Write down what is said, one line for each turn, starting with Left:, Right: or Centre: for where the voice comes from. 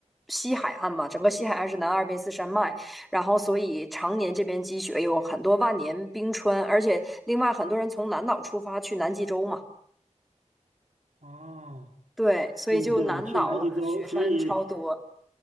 Centre: 西海岸嘛，整个西海岸是南阿尔卑斯山脉，然后所以常年这边积雪，有很多万年冰川，而且另外很多人从南岛出发去南极洲嘛，
Right: 哦，
Centre: 对，所以就南岛雪山超多，
Right: 对对，去南极洲，所以